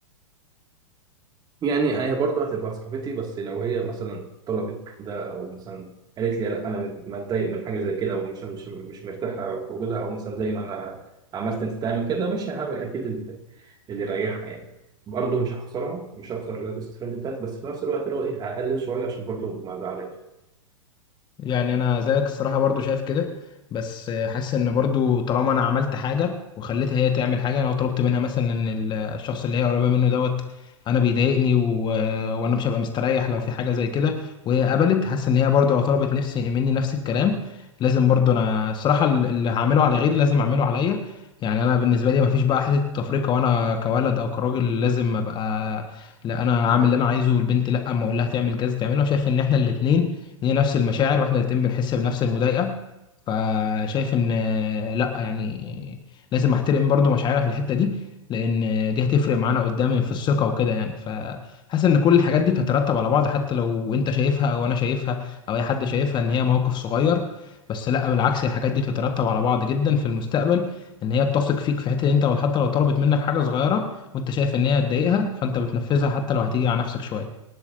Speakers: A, on the right (about 25°); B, on the left (about 25°).
A: يعني هي برضه هتبقى صاحبتي بس لو هي مثلا طلبت ده او مثلا قالت لي لا انا متضايق من حاجه زي كده ومش مش مش مرتاحه في وجودها او مثلا زي ما انا عملت انت تعمل كده مش هعمل اكيد اللي اللي يريحها يعني برضه مش هخسرها مش هخسر البيست فريند بتاعتي بس في نفس الوقت اللي هو ايه هقلل شويه عشان برضه ما ازعلهاش
B: يعني انا زيك الصراحه برضو شايف كده بس حاسس ان برضو طالما انا عملت حاجه وخليتها هي تعمل حاجه انا لو طلبت منها مثلا ان ال- الشخص اللي هي قريبه منه دوت انا بيضايقني و... وانا مش هبقى مستريح لو في حاجه زي كده وهي قبلت حاسس ان هي برضو لو طلبت نفسي مني نفس الكلام لازم برضو انا الصراحه ال- اللي هعمله على غيري لازم اعمله عليا يعني انا بالنسبه لي مفيش بقى حته تفرقه وانا كولد او كراجل لازم ابقى لا انا عامل اللي انا عايزه والبنت لا اما اقول لها تعمل كذا تعمله أنا شايف ان احنا الاتنين هي نفس المشاعر واحنا الاتنين بنحس بنفس المضايقه فشايف ان لا يعني لازم احترم برضو مشاعرها في الحته دي لان دي هتفرق معانا قدام في الثقه وكده يعني فحاسس ان كل الحاجات دي بتترتب على بعض حتى لو انت شايفها او انا شايفها او اي حد شايفها ان هي موقف صغير بس لا بالعكس الحاجات دي بتترتب على بعض جدا في المستقبل ان هي بتثق فيك في حته انت وحتى لو طلبت منك حاجه صغيره وانت شايف ان هي هتضايقها فانت بتنفذها حتى لو هتيجي على نفسك شويه